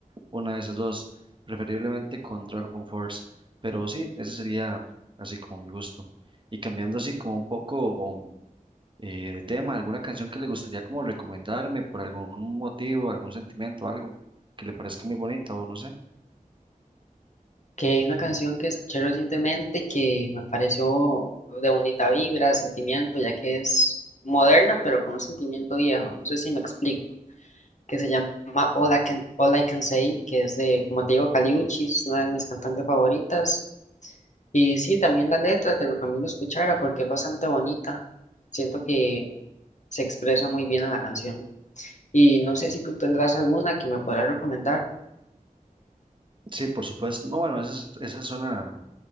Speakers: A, on the right; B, on the left.
A: una de esas dos, preferiblemente con Dragon Force, pero sí, ese sería así como mi gusto. Y cambiando así como un poco eh, de tema, ¿alguna canción que le gustaría como recomendarme por algún motivo, algún sentimiento, algo que le parezca muy bonita o no sé?
B: que hay una canción que escuché recientemente que me pareció de bonita vibra, sentimiento, ya que es moderna, pero con un sentimiento viejo, no sé si me explico. que se llama All I Can, All I Can Say, que es de, como te digo, Kali Uchi, es una de mis cantantes favoritas. Y sí, también la letra te recomiendo escucharla porque es bastante bonita. Siento que se expresa muy bien en la canción. Y no sé si tú tendrás alguna que me podrás recomendar.
A: Sí, por supuesto. No, bueno, esa, es- esa suena